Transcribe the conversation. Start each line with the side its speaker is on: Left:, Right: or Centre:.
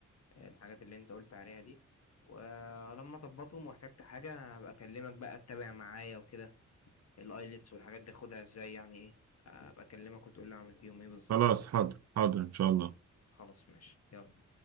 Left: الحاجات اللي انت قلت عليها دي ولما اظبطهم واحتجت حاجة هبقى اكلمك بقى تتابع معايا وكده الايلتس والحاجات دي خدها ازاي يعني ايه ابقى اكلمك وتقول لي اعمل فيهم ايه بالظبط
Right: خلاص حاضر حاضر إن شاء الله
Left: خلاص ماشي يلا